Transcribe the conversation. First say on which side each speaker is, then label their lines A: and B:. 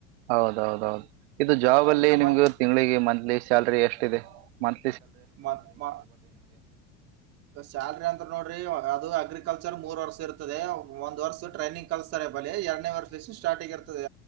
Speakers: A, on the right (about 80°); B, on the right (about 50°).
A: ಹೌದೌದೌದು ಇದು
B: ಹಾ
A: ಜಾಬ್
B: ಅಲ್ಲೇ
A: ಅಲ್ಲಿ
B: ನಮ್ಮ
A: ನಿಮ್ಗೆ
B: ಅಣ್ಣ-
A: ತಿಂಗಳಿಗೆ ಮಂತ್ಲಿ ಸ್ಯಲ್ರಿ ಎಷ್ಟಿದೆ ಮತ್
B: ಮ ಸ್ಯಾಲ್ರಿ ಅಂದ ನೋಡ್ರಿ ಅದು ಅಗ್ರಿಕಲ್ರ್ ಮೂರ್ ವರ್ಷ ಇರ್ತದೆ ಒಂದ್ ವರ್ಷ ಟ್ರೈನಿಂಗ್ ಕಲ್ಸ್ತಾರೆ ಬಳಿ ಎರಡನೇ ವರ್ಷ ಸ್ಟಾರ್ಟ್ ಇರ್ದೆ